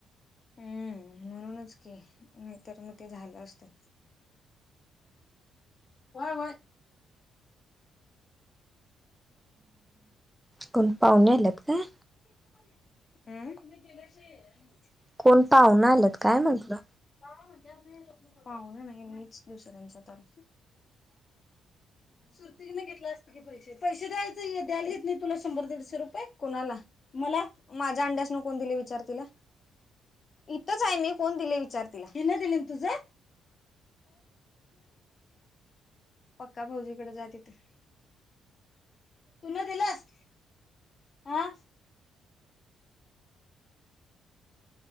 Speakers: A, on the left (about 40°); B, in the centre.
A: हम्म, म्हणूनच की नाहीतर मग ते झालं असतं. व्हय व्हय.
B: कोण पाहुणे आल्यात काय?
A: अं.
B: कोण पाहुणं आल्यात काय म्हटलं.
A: पाहुणे नाही मीच दुसऱ्यांचा तल सुरती नाही घेतला असतं की पैशे पैशे द्यायचा द्यायलीत नाही तुला शंभर दरस ते रुपये कोणाला मला माझ्या अंड्यास न कोण दिले विचार तिला इथंच आहे मी कोण दिले विचार तिला पक्का भाऊजीकडे जा तिथं तुला दिलास आं